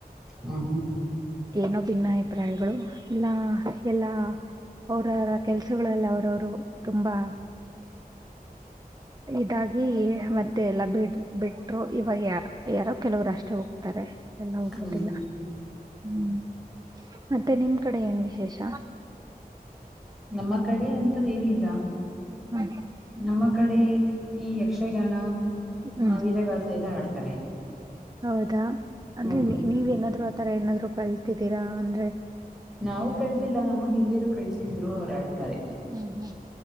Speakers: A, in the centre; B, on the right.
A: ಹ್ಮ್ ಹ್ಮ್
B: ಇನ್ನ ಭಿನ್ನಾ ಅಭಿಪ್ರಾಯಗಳು ಇಲ್ಲ ಎಲ್ಲಾ ಅವರವರ ಕೆಲ್ಸಗಳಗಳಲ್ಲಿ ಅವರವ್ರು ತುಂಬಾ ಇದಾಗಿ ಮತ್ತೆ ಎಲ್ಲ ಬಿಡ್ ಬಿಟ್ಟರು ಇವಾಗ ಯಾರು ಯಾರೋ ಕೆಲವರು ಅಷ್ಟ ಅಷ್ಟ ಹೋಗ್ತಾರೆ ಎಲ್ಲ ಹೋಗೋುದಿಲ್ಲ
A: ಹ್ಮ್
B: ಹ್ಮ್ ಮತ್ತೆ ನಿಮ. ಕಡೆ ಏನ್ ವಿಶೇಷ
A: ನಮ್ಮ ಕಡೆ ಅಂತದೇನು ಇಲ್ಲ.
B: ಹ್ಮ್
A: ನಮ್ಮ ಕಡೆ ಈ ಯಕ್ಷಗಾನ
B: ಹ್ಮ್
A: ವೀರಗಾಸೆ ಎಲ್ಲ ಹಾಡ್ತಾರೆ
B: ಹೌದಾ ಅಂದ್ರೆ
A: ಹೌದು
B: ನೀವೇನಾದ್ರು ಆತರ ಏನಾದ್ರು ಕಲ್ತಿದ್ದೀರಾ ಅಂದ್ರೆ
A: ನಾವು ಕಳ್ತಿಲ್ಲ ನಮ್ಮ ಹಿರಿಯರು ಕಲ್ತಿದ್ರು ಅವರ ಆಡ್ತಾರೆ
B: ಹ್ಮ್ ಹ್ಮ್